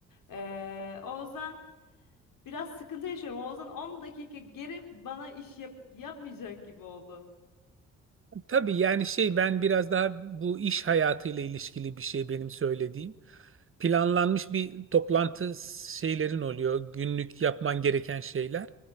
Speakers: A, on the left; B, on the right.
A: Ee, o yüzden Biraz sıkıntı yaşıyorum. Oğuzhan 10 dakika geri bana iş yap yapmayacak gibi oldu.
B: Tabii yani şey ben biraz daha bu iş hayatıyla ilişkili bir şey benim söylediğim. Planlanmış bir toplantı şeylerin oluyor. Günlük yapman gereken şeyler.